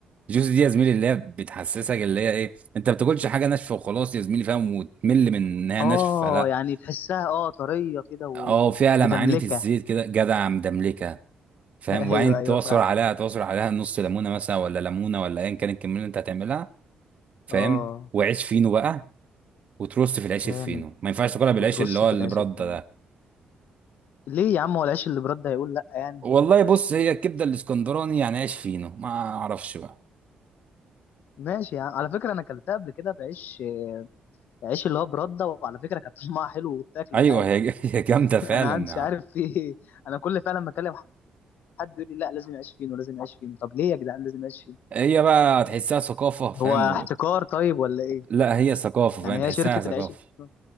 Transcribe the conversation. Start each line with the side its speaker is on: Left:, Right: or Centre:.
Right: الجوز دي يا زميلي اللي هي بتحسسك اللي هي ايه انت ما بتاكلش حاجه ناشفه وخلاص يا زميلي فاهم وتمل من انها
Left: اه
Right: ناشفه لا
Left: يعني تحسها اه طريه كده ومدملكه
Right: اه فيها لمعانه الزيت كده جدع مدملكه فاهم
Left: <laughs>
Right: وبعدين
Left: ايوه ايوه
Right: تعصر
Left: فاهم
Right: عليها تعصر عليها نص ليمونه مثلا ولا ليمونه ولا ايا كان الكميه اللي انت هتعملها فاهم
Left: اه
Right: وعيش فينو بقى وترص في العيش
Left: جامد
Right: الفينو ما ينفعش تاكلها بالعيش
Left: وترص
Right: اللي هو
Left: في
Right: اللي
Left: العيش
Right: برده
Left: التاني
Right: ده
Left: ليه يا عم هو العيش اللي برده هيقول لا يعني
Right: والله بص هي الكبده الاسكندراني يعني عيش فينو ما اعرفش بقى
Left: ماشي يا عم على فكره انا اكلتها قبل كده بعيش عيش اللي هو برده وعلى فكره كانت <laughs> طعمها حلو واتاكلت
Right: ايوه
Left: عادي
Right: هي <laughs> هي جامده
Left: <laughs>
Right: فعلا
Left: انا مش عارف في <laughs> ايه انا كل فعلا ما اكلم حد يقول لي لا لازم يعيش فين ولازم يعيش فين طب ليه يا جدعان لازم يعيش فين
Right: هي بقى تحسها ثقافه فاهم
Left: هو احتكار طيب ولا ايه
Right: لا هي ثقافة
Left: يعني
Right: فاهم تحسها
Left: هي شركه
Right: ثقافة
Left: العيش الفينو